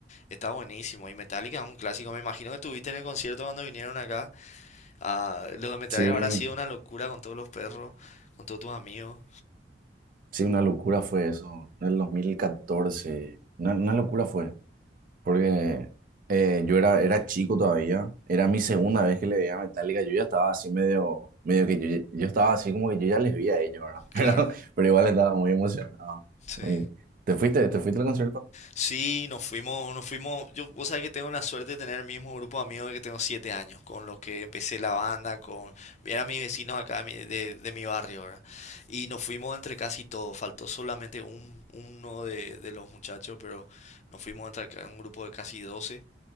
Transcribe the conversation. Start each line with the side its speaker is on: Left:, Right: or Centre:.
Left: Está buenísimo. Y Metallica es un clásico, me imagino que tuviste en el concierto cuando vinieron acá. Ah, los documentales
Right: sí,
Left: habrá sido una locura con todos los perros, con todos tus amigos.
Right: sí, una locura fue eso. En el 2014, una, una locura fue. porque eh, yo era, era chico todavía, era mi segunda vez que le veía a Metallica, yo ya estaba así medio, medio que yo, yo estaba así como que yo ya les vi a ellos, ¿verdad? <laughs>
Left: Claro,
Right: Pero, pero igual estaba muy emocionado.
Left: sí.
Right: muy- ¿Te fuiste? ¿Te fuiste al concierto?
Left: Sí, nos fuimos, nos fuimos. Yo, vos sabés que tengo la suerte de tener el mismo grupo de amigos que tengo siete años, con los que empecé la banda, con, eran mis vecinos acá de mi, de- de mi barrio, ¿verdad? Y nos fuimos entre casi todos, faltó solamente un, uno de, de los muchachos, pero nos fuimos entre acá un grupo de casi doce